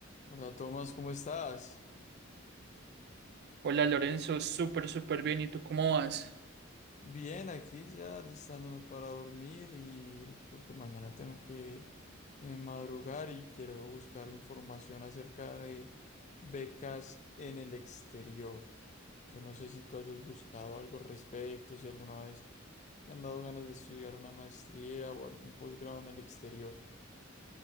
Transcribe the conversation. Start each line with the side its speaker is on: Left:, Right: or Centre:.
Left: Hola Tomás, ¿cómo estás?
Right: Hola Lorenzo, súper, súper bien. ¿Y tú cómo vas?
Left: Bien, aquí ya listándome para dormir y porque mañana tengo que eh, madrugar y quiero buscar información acerca de becas en el exterior. Yo no sé si tú hayas buscado algo al respecto, si alguna vez te han dado ganas de estudiar una maestría o algún posgrado en el exterior.